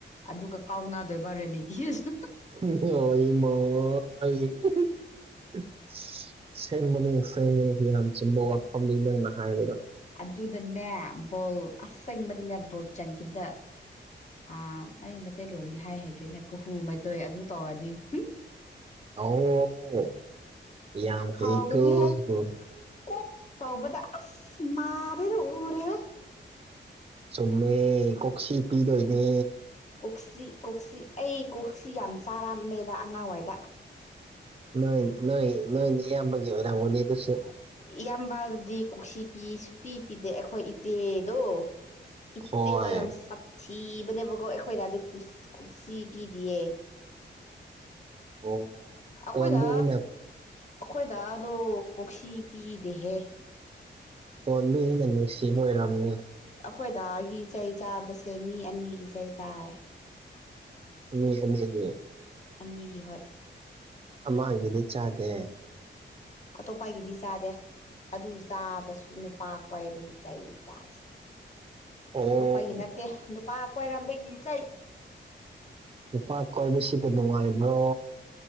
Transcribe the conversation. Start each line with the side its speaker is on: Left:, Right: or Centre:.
Left: ꯑꯗꯨꯒ ꯀꯥꯎꯅꯗꯣꯏꯕ ꯔꯦꯜꯂꯤꯇꯤꯗꯁꯨ
Right: <unintelligible> ꯁꯤ ꯁꯦꯡꯕꯅꯤ ꯁꯦꯡꯕꯅꯤ ꯌꯥꯝ ꯆꯨꯝꯕ ꯋꯥꯐꯝꯅꯤ ꯅꯪꯅ ꯍꯥꯏꯗꯣ
Left: ꯑꯗꯨꯗꯅꯦ ꯕꯣꯜ ꯑꯁꯦꯡꯕꯗꯅꯦ ꯕꯣꯜ ꯆꯟꯈꯤꯕꯗ ꯑꯥ ꯑꯩ ꯃꯩꯇꯩꯂꯣꯟꯗꯤ ꯍꯥꯏ ꯍꯩꯇ꯭ꯔꯦꯅꯦ ꯀꯨꯍꯨ ꯃꯩꯇꯣꯏ ꯑꯗꯨ ꯇꯧꯔꯅꯤ ꯍꯝ
Right: ꯑꯣ ꯌꯥꯝ
Left: ꯍꯥꯎꯒꯅꯤꯍꯦ
Right: ꯍꯩꯀꯣꯁꯨ
Left: ꯀꯣꯛ ꯇꯧꯕꯗ ꯑꯁ ꯃꯥꯗꯩꯗ ꯎꯔꯦꯍꯦ
Right: ꯆꯨꯝꯃꯦ ꯀꯣꯛꯁꯤ ꯄꯤꯗꯣꯏꯅꯦ
Left: ꯀꯣꯛꯁꯤ ꯀꯣꯛꯁꯤ ꯑꯩ ꯀꯣꯛꯁꯤ ꯌꯥꯝ ꯆꯥꯔꯝꯃꯦꯗ ꯑꯉꯥꯡꯋꯥꯏꯗ
Right: ꯅꯣꯏ ꯅꯣꯏ ꯅꯣꯏ ꯅꯌꯥꯝꯕꯒꯤ ꯑꯣꯏꯔꯝꯒꯅꯤ ꯑꯗꯨꯁꯨ
Left: ꯏꯌꯥꯝꯕꯗꯗꯤ ꯀꯣꯛꯁꯤ ꯄꯤ ꯁꯨꯄꯤ ꯄꯤꯗꯦ ꯑꯩꯈꯣꯏ ꯏꯆꯦꯗꯣ ꯏꯆꯦꯗꯣ
Right: ꯍꯣꯏ
Left: ꯌꯥꯝ ꯁꯥꯠꯊꯤꯕꯅꯦꯕꯀꯣ ꯑꯩꯈꯣꯏ ꯗꯥꯗꯤ ꯀꯨꯁ ꯀꯣꯛꯁꯤ ꯄꯤꯗꯤꯌꯦ
Right: ꯑꯣ
Left: ꯑꯈꯣꯏꯗꯥ
Right: ꯇꯣꯟꯕꯤꯁꯤꯅ
Left: ꯑꯈꯣꯏ ꯗꯥꯗꯣ ꯀꯣꯛꯁꯤ ꯄꯤꯗꯦꯍꯦ
Right: ꯄꯣꯟꯕꯤꯅ ꯅꯨꯡꯁꯤꯕ ꯑꯣꯏꯔꯝꯅꯤ
Left: ꯑꯩꯈꯣꯏ ꯗꯥꯒꯤ ꯆꯩ ꯆꯥꯕꯁꯦ ꯃꯤ ꯑꯅꯤꯒꯤ ꯆꯩ ꯆꯥꯏ
Right: ꯃꯤ ꯑꯅꯤꯒꯤ
Left: ꯑꯅꯤꯒꯤ ꯍꯣꯏ
Right: ꯑꯃꯥꯒꯤꯗꯤ ꯆꯥꯗꯦ
Left: ꯑꯇꯣꯞꯄꯒꯤꯗꯤ ꯆꯥꯗꯦ ꯑꯗꯨ ꯆꯥꯕꯁꯨ ꯅꯨꯄꯥ ꯀꯣꯏꯕꯒꯤ ꯆꯩꯅꯦ ꯆꯥꯔꯤꯁꯦ
Right: ꯑꯣ
Left: ꯇꯣꯞꯄꯒꯤ ꯅꯠꯇꯦ ꯅꯨꯄꯥ ꯀꯣꯏꯔꯝꯕꯒꯤ ꯆꯩ
Right: ꯅꯨꯄꯥ ꯀꯣꯏꯕ ꯁꯤꯕꯨ ꯅꯨꯡꯉꯥꯏꯕ꯭ꯔꯣ